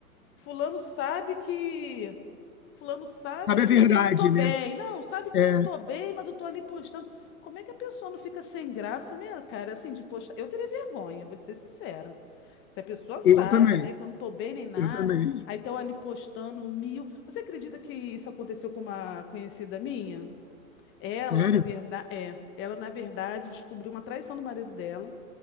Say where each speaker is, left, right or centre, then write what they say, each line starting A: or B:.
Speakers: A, on the left; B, on the left.
A: fulano sabe que. Fulano sabe
B: sabe
A: que
B: a verdade,
A: eu não tô bem.
B: né?
A: Não, sabe que
B: É,
A: eu não tô bem, mas eu tô ali postando. Como é que a pessoa não fica sem graça, né, cara? Assim, de postar. Eu teria vergonha, vou te ser sincera. Se a pessoa sabe,
B: eu também,
A: né, que eu não tô bem nem nada,
B: eu também.
A: aí estão ali postando mil. Você acredita que isso aconteceu com uma conhecida minha? Ela,
B: Sério?
A: na verdade, é, ela na verdade descobriu uma traição do marido dela.